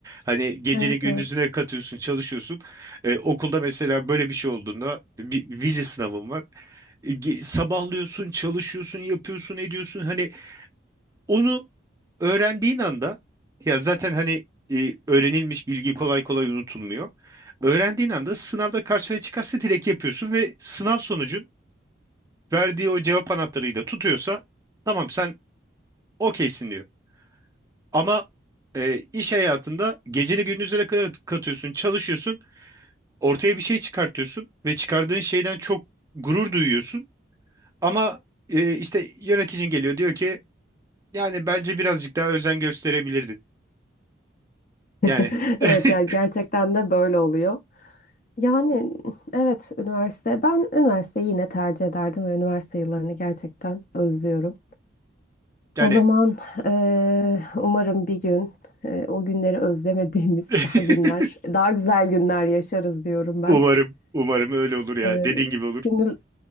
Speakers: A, on the right; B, on the left.
A: Hani geceni
B: Evet
A: gündüzüne
B: evet.
A: katıyorsun, çalışıyorsun. E, okulda mesela böyle bir şey olduğunda bir vize sınavın var. E, ge- sabahlıyorsun, çalışıyorsun, yapıyorsun, ediyorsun. Hani onu öğrendiğin anda ya zaten hani e, öğrenilmiş bilgi kolay kolay unutulmuyor. Öğrendiğin anda sınavda karşına çıkarsa direkt yapıyorsun ve sınav sonucun verdiği o cevap anahtarıyla tutuyorsa tamam sen okeysin diyor. Ama e, iş hayatında geceni gündüzlere kadar katıyorsun, çalışıyorsun, ortaya bir şey çıkartıyorsun ve çıkardığın şeyden çok gurur duyuyorsun. Ama e, işte yöneticin geliyor diyor ki yani bence birazcık daha özen gösterebilirdin.
B: <laughs>
A: Yani <laughs>
B: Evet yani gerçekten de böyle oluyor. Yani evet üniversite ben üniversiteyi yine tercih ederdim ve üniversite yıllarını gerçekten özlüyorum.
A: yani
B: O zaman eee, umarım bir gün eee, o günleri özlemediğimiz
A: <laughs>
B: <laughs> daha günler, daha güzel günler yaşarız diyorum ben.
A: Umarım, umarım öyle olur ya.
B: Eee,
A: Dediğin gibi olur.
B: şimdi